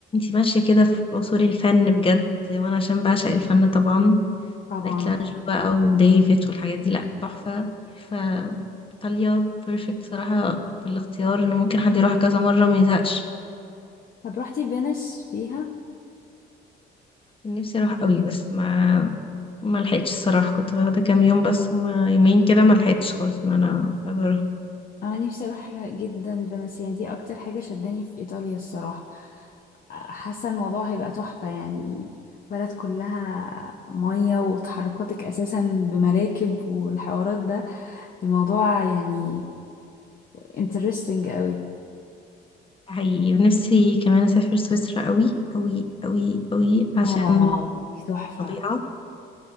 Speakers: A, on the left; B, on the left.
A: ماشية كده في عصور الفن بجد وانا عشان بعشق الفن طبعا
B: طبعا
A: مايكلانجلو بقى وديفيد والحاجات دي لا تحفة ف ايطاليا بيرفكت صراحة في الاختيار ان ممكن حد يروح كذا مرة ما يزهقش
B: طب روحتي فينيس فيها
A: نفسي اروح قوي بس ما ما لحقتش الصراحه كنت واخده كام يوم بس هما يومين كده ما لحقتش خالص ان انا ازورها
B: انا نفسي اروح جدا فينيسيا يعني دي اكتر حاجة شداني في ايطاليا الصراحة حاسة الموضوع هيبقى تحفة يعني بلد كلها مية وتحركاتك اساسا بمراكب والحوارات ده الموضوع يعني interesting قوي
A: حقيقي ونفسي كمان اسافر سويسرا قوي قوي قوي قوي عشان
B: اه
A: آه.
B: دي تحفة
A: طبيعه